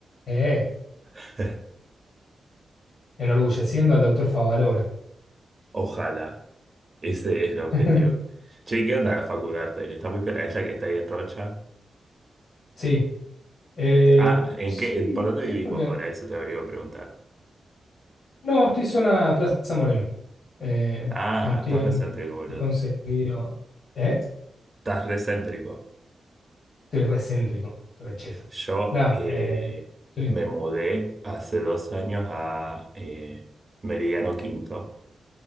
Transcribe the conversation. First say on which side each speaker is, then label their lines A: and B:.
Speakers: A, on the left; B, on the right.
A: Eh,
B: <laughs>
A: enorgulleciendo al doctor Favaloro.
B: Ojalá, ese es el objetivo.
A: <laughs>
B: Che, ¿qué onda la facultad? Está muy piola, es la que está ahí en Rocha.
A: Sí, eh,
B: Ah, ¿en
A: sí,
B: qué, en- por dónde
A: siento
B: vivís vos
A: que
B: ahora? Eso te iba a preguntar.
A: No, estoy zona Plaza Moreno. Eh,
B: Ah,
A: con- estoy-
B: estás recéntrico, boludo.
A: he conseguido. ¿Eh?
B: Estás recéntrico.
A: Estoy recéntrico, recheto.
B: Yo
A: Nada,
B: eh,
A: eh, sí.
B: me mudé hace dos años a eh, Meridiano Quinto.